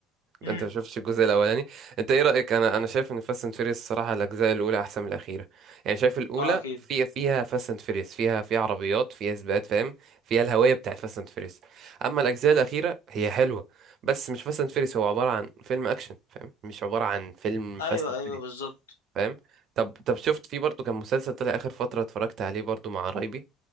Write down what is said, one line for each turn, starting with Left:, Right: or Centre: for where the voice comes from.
Left: امم
Right: انت ما شفتش الجزء الاولاني انت ايه رايك انا انا شايف ان فاست اند فيريس الصراحه الاجزاء الاولى احسن من الاخيره يعني شايف الاولى
Left: اه اكيد
Right: فيها فيها فاست اند فيريس فيها فيها عربيات فيها سباقات فاهم فيها الهويه بتاعت فاست اند فيريس اما الاجزاء الاخيره هي حلوه بس مش فاست اند فيريس هو عباره عن فيلم اكشن فاهم مش عباره عن فيلم
Left: ايوه
Right: فاست اند.
Left: ايوه بالظبط
Right: فاهم طب طب شفت في برضه كان مسلسل طلع اخر فتره اتفرجت عليه برضه مع قرايبي